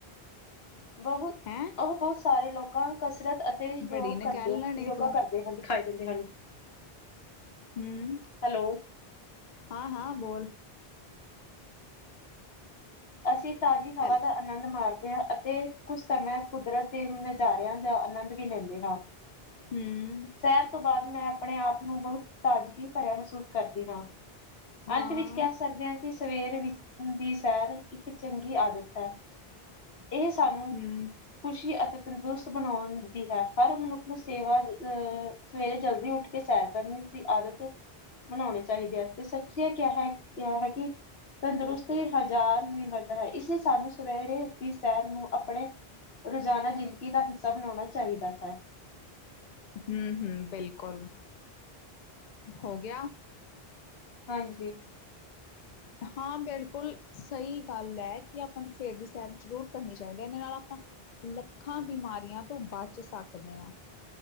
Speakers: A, on the left; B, on the left.
A: ਬਹੁਤ
B: ਹੈਂ
A: ਉਹ ਬਹੁਤ ਸਾਰੇ ਲੋਕਾ ਕਸਰਤ ਅਤੇ
B: ਬੜੀ
A: ਯੋਗ
B: ਨਗੈਲਣ
A: ਕਰਦੇ
B: ਏ
A: ਯੋਗਾ
B: ਤੂੰ
A: ਕਰਦੇ ਹਨ। ਦਖਾਈ ਦਿੰਦੇ ਹਨ
B: ਹਮ
A: ਹੈਲੋ
B: ਹਾਂ ਹਾਂ ਬੋਲ
A: ਅਸੀਂ ਤਾਜ਼ੀ ਹਵਾ
B: ਹੈਲ
A: ਤਾਂ ਆਨੰਦ ਮਾਰਦੇ ਹਾਂ ਅਤੇ ਕੁਛ ਸਮੇਂ ਕੁਦਰਤ ਦੇ ਨਜ਼ਾਰਿਆਂ ਦਾ ਆਨੰਦ ਵੀ ਲੈਂਦੇ ਹਾਂ <unintelligible>
B: ਹਮ।
A: ਸੈਰ ਤੋਂ ਬਾਅਦ, ਮੈਂ ਆਪਣੇ ਆਪ ਨੂੰ ਬਹੁਤ ਤਾਜ਼ਗੀ ਭਰਿਆ ਮਹਿਸੂਸ ਕਰਦੀ ਹਾਂ।
B: ਹਾਂ
A: ਅੰਤ ਵਿੱਚ ਕਹਿ ਸਕਦੇ ਹਾਂ, ਕਿ ਸਵੇਰ ਵਿੱਚ ਦੀ ਸੈਰ ਇੱਕ ਚੰਗੀ ਆਦਤ ਹੈ। ਇਹ ਸਾਨੂੰ
B: ਹੂੰ
A: ਖੁਸ਼ੀ ਅਤੇ ਤੰਦਰੁਸਤ ਬਣਾਉਣ ਦੀ ਹੈ, ਹਰ ਮਨੁੱਖ ਨੂੰ ਸੇਵਾ ਅਹ ਸਵੇਰੇ ਜਲਦੀ ਉੱਠ ਕੇ, ਸੈਰ ਕਰਨ ਦੀ ਆਦਤ ਬਣਾਉਣੇ ਚਾਹੀਦੇ ਹੈ, ਤੇ ਸੱਚ ਹੀ ਕਿਹਾ- ਕਿਹਾ ਹੈ ਕਿ ਤੰਦਰੁਸਤੀ ਹਜ਼ਾਰ ਮਿਲਦਾ ਹੈ, ਇਸ ਲਈ ਸਾਨੂੰ ਸਵੇਰੇ ਦੀ ਸੈਰ ਨੂੰ ਆਪਣੇ ਰੋਜ਼ਾਨਾ, ਜ਼ਿੰਦਗੀ ਦਾ ਹਿੱਸਾ ਬਣਾਉਣਾ ਚਾਹੀਦਾ ਹੈ।
B: ਹਮ ਹਮ, ਬਿਲਕੁਲ, ਹੋ ਗਿਆ?
A: ਹਾਂਜੀ।
B: ਹਾਂ, ਬਿਲਕੁਲ ਸਹੀ ਗੱਲ ਹੈ, ਕਿ ਆਪਾਂ ਨੂੰ ਸਵੇਰ ਦੀ ਸੈਰ ਜ਼ਰੂਰ ਕਰਨੀ ਚਾਹੀਦੀ ਹੈ। ਇਹਦੇ ਨਾਲ ਆਪਾਂ ਲੱਖਾਂ ਬਿਮਾਰੀਆਂ ਤੋਂ ਬਚ ਸਕਦੇ ਹਾਂ।